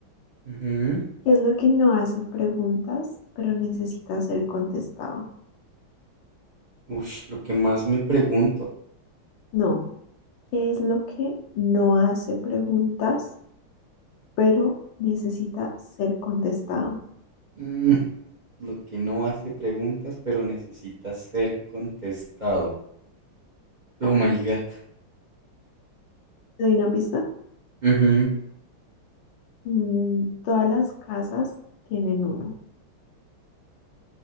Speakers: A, on the right (about 40°); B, on the left (about 75°).
A: Ujú.
B: ¿Qué es lo que no hace preguntas, pero necesita ser contestado?
A: Ush, lo que más me pregunto,
B: No. ¿Qué es lo que no hace preguntas, pero necesita ser contestado?
A: mm, lo que no hace preguntas, pero necesita ser contestado. Oh my God.
B: ¿Te doy una pista?
A: Ujú.
B: Mm, todas las casas tienen uno